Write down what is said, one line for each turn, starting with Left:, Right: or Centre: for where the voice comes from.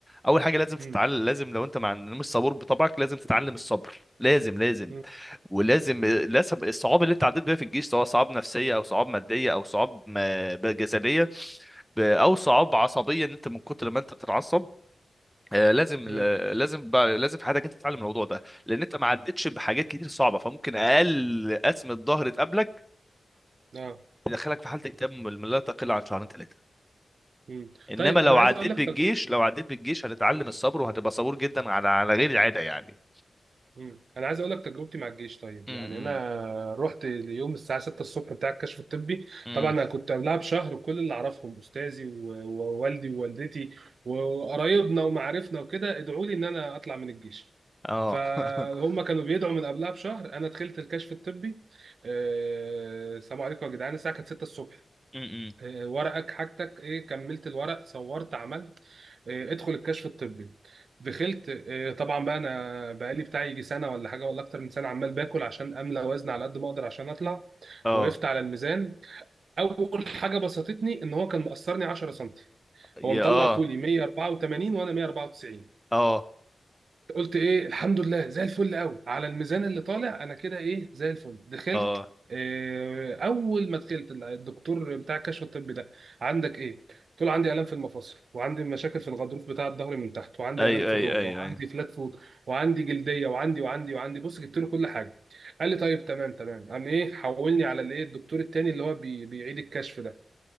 Centre: اول حاجه لازم تتعلم
Right: مم.
Centre: لازم لو انت مع مش صبور بطبعك لازم تتعلم الصبر لازم لازم
Right: مم.
Centre: ولازم لازم الصعاب اللي انت عديت بيها في الجيش سواء صعاب نفسيه او صعاب ماديه او صعاب آه، جسديه ب- او صعاب عصبيه ان انت من كتر ما انت بتتعصب آه، لازم
Right: مم.
Centre: آه، لازم بقى- لازم في حياتك انت تتعلم الموضوع ده لان انت ما عدتش بحاجات كتير صعبه فممكن اقل قسمه ظهر تقابلك
Right: اه
Centre: تدخلك في حاله اكتئاب لا تقل عن شهرين ثلاثه
Right: مم.
Centre: انما
Right: طيب
Centre: لو
Right: انا
Centre: عديت
Right: عايز اقول لك
Centre: بالجيش
Right: تجربتي
Centre: لو عديت بالجيش هتتعلم
Right: مم.
Centre: الصبر وهتبقى صبور جدا على على غير العاده يعني
Right: مم. انا عايز اقول لك تجربتي مع الجيش طيب
Centre: امم
Right: يعني انا رحت اليوم الساعه 6 الصبح بتاع الكشف الطبي
Centre: امم
Right: طبعا انا كنت قبلها بشهر كل اللي اعرفهم استاذي و- ووالدي ووالدتي وقرايبنا ومعارفنا وكده ادعوا لي ان انا اطلع من الجيش
Centre: اه
Right: فهم
Centre: <laughs>
Right: كانوا بيدعوا من قبلها بشهر انا دخلت الكشف الطبي آه، السلام عليكم يا جدعان الساعه كانت 6 الصبح
Centre: امم
Right: آه، ورقك حاجتك ايه كملت الورق صورت عملت إيه، ادخل الكشف الطبي دخلت إيه، طبعا بقى انا بقالي بتاعي يجي سنه ولا حاجه ولا اكتر من سنه عمال باكل عشان املى وزن على قد ما اقدر عشان اطلع
Centre: اه
Right: وقفت على الميزان اول حاجه بسطتني ان هو كان مقصرني 10 سم
Centre: يا
Right: هو مطلع
Centre: اه
Right: طولي 184 وانا 194
Centre: اه
Right: قلت ايه الحمد لله زي الفل قوي على الميزان اللي طالع انا كده ايه زي الفل دخلت
Centre: اه
Right: آه، اول ما دخلت الدكتور بتاع الكشف الطبي ده عندك ايه قلت له عندي الام في المفاصل وعندي مشاكل في الغضروف بتاع الظهر من تحت وعندي
Centre: ايوه
Right: الام في
Centre: ايوه
Right: الركبه
Centre: ايوه
Right: وعندي
Centre: ايوه
Right: فلات فوت وعندي جلديه وعندي وعندي وعندي بص جبت له كل حاجه قال لي طيب تمام تمام قام ايه حولني على الايه الدكتور التاني اللي هو بي- بيعيد الكشف ده